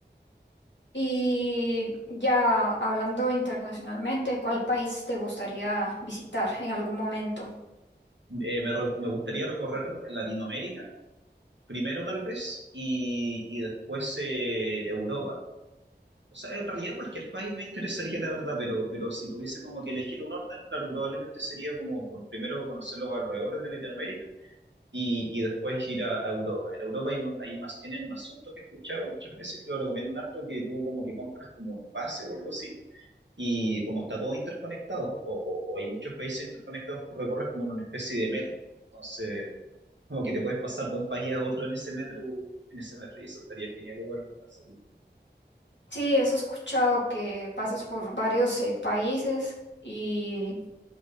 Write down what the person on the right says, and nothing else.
Eh, me, re- me gustaría recorrer Latinoamérica primero tal vez y, y después eh, Europa O sea, en realidad cualquier país me interesaría, la verdad, pero, pero si tuviese como que elegir un orden, claro, probablemente sería como por primero conocer los alrededores de Latinoamérica y, y después ir a, a Europa. En Europa hay un, hay unas, tienen un asunto que he escuchado muchas veces que lo recomiendan harto, que tú como que compras como un pase o algo así, y como está todo interconectado, o, o- o hay muchos países interconectados, tú recorres como en una especie de metro. Entonces, como que te puedes pasar de un país a otro en ese metro, en ese metro, y eso estaría genial igual ¿no? hacerlo.